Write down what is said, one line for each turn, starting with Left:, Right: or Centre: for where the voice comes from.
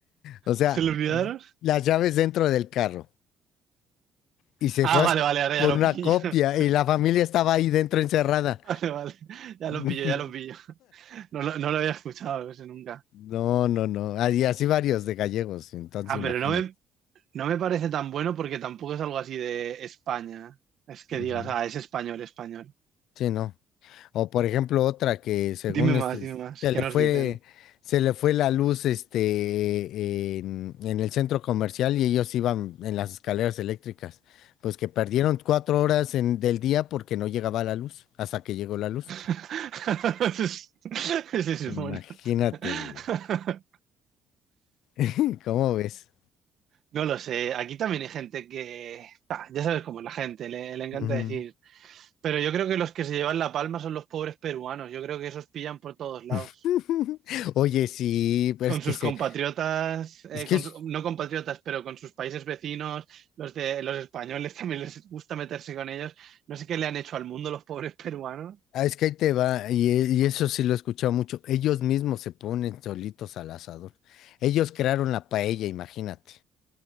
Left: O sea,
Right: ¿Se lo olvidaron?
Left: las llaves dentro del carro. Y se
Right: Ah,
Left: fue
Right: vale,
Left: as-
Right: vale, ahora
Left: por
Right: ya lo
Left: una
Right: pillo.
Left: copia
Right: <laughs>
Left: y la familia estaba ahí dentro encerrada.
Right: Vale, vale. Ya
Left: <laughs>
Right: lo pillo, ya lo pillo. No, lo- no lo había escuchado ese nunca.
Left: No, no, no. ah, Y así varios de gallegos, entonces
Right: Ah,
Left: imagínate.
Right: pero no me, no me parece tan bueno porque tampoco es algo así de España. Es que
Left: Ujú.
Right: digas, ah, es español, español.
Left: Sí, no. O por ejemplo, otra que según
Right: Dime más,
Left: este,
Right: dime más.
Left: se
Right: ¿Qué
Left: le
Right: nos
Left: fue,
Right: dicen?
Left: se le fue la luz este, en, en el centro comercial y ellos iban en las escaleras eléctricas. Pues que perdieron cuatro horas en- del día porque no llegaba la luz, hasta que llegó la luz.
Right: <laughs> Ese es ese es
Left: Imagínate,
Right: bueno. <laughs>
Left: güey. <laughs> ¿Cómo ves?
Right: No lo sé. Aquí también hay gente que. Ah, ya sabes cómo es la gente, le, le encanta
Left: Ujú.
Right: decir. Pero yo creo que los que se llevan la palma son los pobres peruanos. Yo creo que esos pillan por todos lados.
Left: <laughs> Oye, sí, pero
Right: Con
Left: es que
Right: sus
Left: se,
Right: compatriotas, eh,
Left: es que
Right: con
Left: es...
Right: su- no compatriotas, pero con sus países vecinos, los de los españoles también les gusta meterse con ellos. No sé qué le han hecho al mundo los pobres peruanos.
Left: Ah, es que ahí te va, y, e- y eso sí lo he escuchado mucho. Ellos mismos se ponen solitos al asador. Ellos crearon la paella, imagínate.